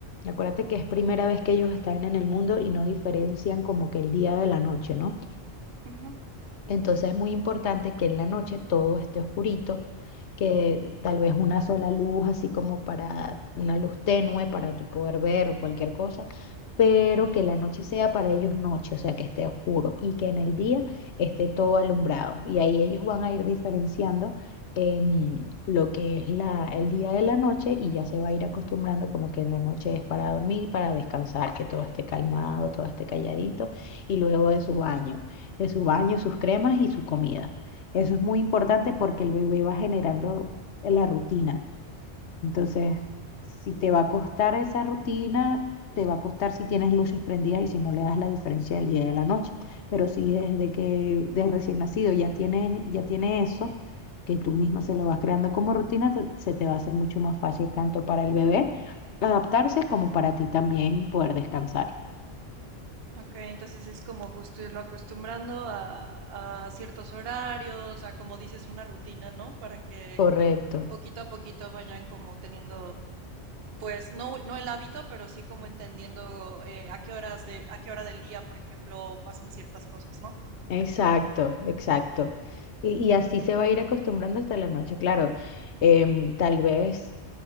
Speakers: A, on the left (about 70°); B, on the right (about 60°).
A: acuérdate que es primera vez que ellos están en el mundo y no diferencian como que el día de la noche, ¿no?
B: ujú,
A: Entonces es muy importante que en la noche todo esté oscurito, que tal vez una sola luz, así como para una luz tenue para tú poder ver o cualquier cosa, pero que la noche sea para ellos noche, o sea, que esté oscuro y que en el día esté todo alumbrado. Y ahí ellos van a ir diferenciando em, lo que es la, el día de la noche y ya se va a ir acostumbrando como que en la noche es para dormir y para descansar, que todo esté calmado, todo esté calladito y luego de su baño de su baño, sus cremas y su comida. Eso es muy importante porque el bebé va generando la rutina. Entonces, si te va a costar esa rutina, te va a costar si tienes luces prendidas y si no le das la diferencia del día y de la noche. Pero si desde que de recién nacido ya tiene, ya tiene eso, que tú misma se lo vas creando como rutina, te- se te va a hacer mucho más fácil tanto para el bebé adaptarse como para ti también poder descansar.
B: Ok, entonces es como justo irlo acostumbrando a, a ciertos horarios, a como dices, una rutina, ¿no? Para que
A: Correcto.
B: poquito a poquito vayan como teniendo, pues no, no el hábito, pero sí como entendiendo eh, a qué horas de, a qué hora del día, por ejemplo, pasan ciertas cosas, ¿no?
A: Exacto, exacto. Y, y así se va a ir acostumbrando hasta la noche, claro. em, tal vez